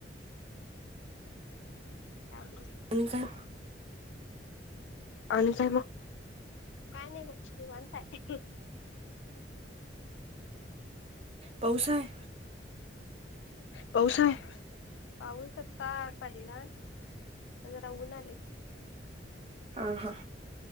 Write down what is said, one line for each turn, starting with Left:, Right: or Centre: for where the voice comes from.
Left: <unintelligible>
Right: आणि काय
Left: आणि काय मग. काय नाही बघ निवांत हाय.
Right: पाऊस हाय.
Left: पाऊस हाय पाऊस आता पडला आता जरा ऊन आलय.
Right: हा हा